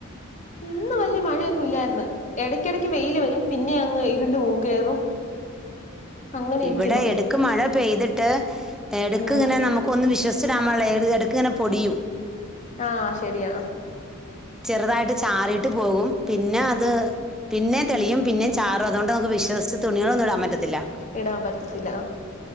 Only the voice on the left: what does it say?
ഇന്ന് വല്യ മഴയൊന്നുല്ലാര്ന്ന് എട ക്കെടക്ക് വെയില് വരും പിന്നെ അങ്ങ് ഇരുണ്ട് പോ കേറും അങ്ങനെ
ഇരിക്കുന്നു
ഉം
ആഹ് ശരിയാ
ഇടാൻ പറ്റത്തില്ല